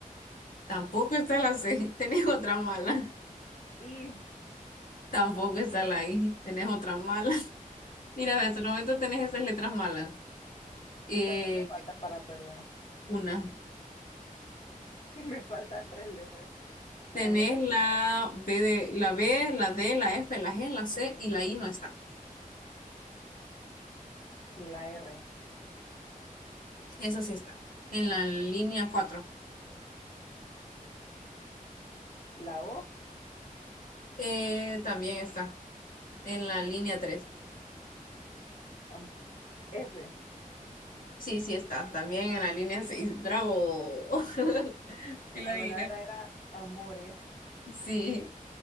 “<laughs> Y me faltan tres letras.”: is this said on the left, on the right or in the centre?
Left